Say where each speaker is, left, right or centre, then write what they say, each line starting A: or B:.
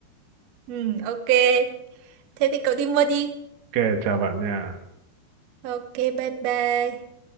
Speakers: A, on the right (about 60°); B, on the right (about 85°).
A: ừ ok thế thì cậu đi mua đi
B: Ok chào bạn nha.
A: ok bye bye